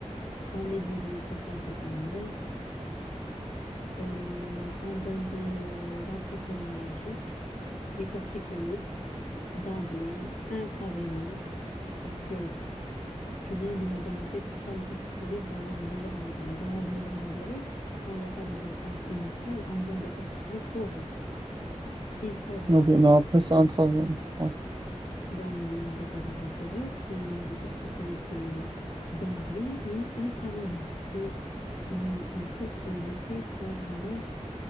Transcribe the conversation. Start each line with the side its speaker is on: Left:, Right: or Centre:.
Left: On nébulise au salbutamol. Euh, on donne des anticholinergiques, des corticoïdes d'emblée, intraveineux. Parce que tu viens de me demander pourquoi les corticoïdes dans l'asthme léger à modéré. Dans l'asthme léger à modéré, quand il n'y a pas de réponse initiale, on donne des corticoïdes oraux, prise orale.
Right: Ok, mais après, c'est un troisième. Ouais,
Left: Dans l'exacerbation sévère, c'est les corticoïdes euh, d'emblée, mais intraveineuses, parce que il, il faut que l'effet soit vraiment